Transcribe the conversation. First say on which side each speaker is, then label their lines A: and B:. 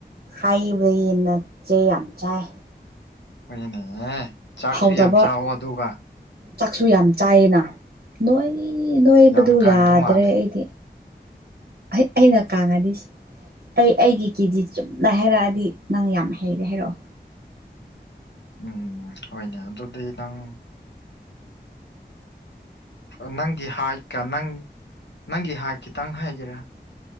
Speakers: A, on the right; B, on the left.
A: ꯍꯥꯏꯕꯗꯅ ꯆꯦ ꯌꯥꯝ ꯆꯥꯏ
B: ꯍꯣꯏꯅꯦꯍꯦ ꯆꯥꯛꯁꯨ
A: ꯍꯧꯗꯕ
B: ꯌꯥꯝ ꯆꯥꯎꯑ ꯑꯗꯨꯒ
A: ꯆꯥꯛꯁꯨ ꯌꯥꯝ ꯆꯥꯏꯌꯦꯅ ꯅꯣꯏ ꯅꯣꯏꯕꯗꯨ
B: ꯌꯥꯝ ꯀꯪꯕ
A: ꯌꯥꯗ꯭ꯔꯦ
B: ꯃꯥꯜꯂꯦ
A: ꯑꯩꯗꯤ ꯑꯩꯅ <unintelligible> ꯑꯩ ꯑꯩꯒꯤ ꯀꯦꯖꯤ ꯆꯨꯝꯅ ꯍꯥꯏꯔꯛꯑꯗꯤ ꯅꯪ ꯌꯥꯝ ꯍꯩꯔꯦ ꯍꯥꯏꯔꯛꯑꯣ
B: ꯎꯝ ꯍꯣꯏꯅꯦ ꯑꯗꯨꯗꯤ ꯅꯪ ꯑꯣ ꯅꯪꯒꯤ ꯍꯥꯏꯠꯀ ꯅꯪ ꯅꯪꯒꯤ ꯍꯥꯏꯠ ꯈꯤꯇꯪ ꯍꯥꯏꯒꯦꯔꯥ